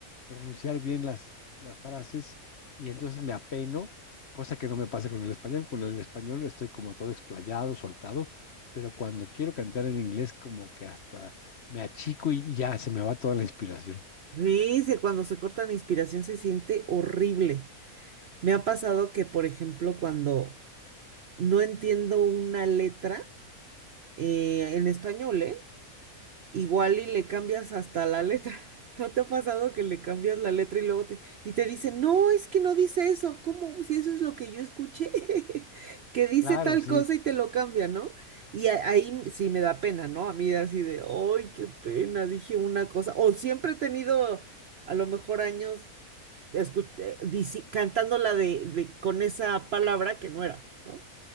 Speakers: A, on the left; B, on the right.
A: pronunciar bien las, las frases y entonces me apeno, cosa que no me pasa con el español. Con el español estoy como todo explayado, soltado, pero cuando quiero cantar en inglés, como que hasta me achico y ya se me va toda la inspiración.
B: Dice, cuando se corta la inspiración se siente horrible. Me ha pasado que, por ejemplo, cuando no entiendo una letra eh, en español, ¿eh? Igual y le cambias hasta la letra. <laughs> ¿No te ha pasado que le cambias la letra y luego te, y te dicen, no, es que no dice eso? ¿Cómo? Si eso es lo que yo escuché, <laughs> que dice
A: Claro,
B: tal
A: sí.
B: cosa y te lo cambia, ¿no? Y a- ahí m- sí me da pena, ¿no? A mí así de, ay, qué pena, dije una cosa. O siempre he tenido, a lo mejor años, escu- eh, dici- cantándola de, de, con esa palabra que no era, ¿no?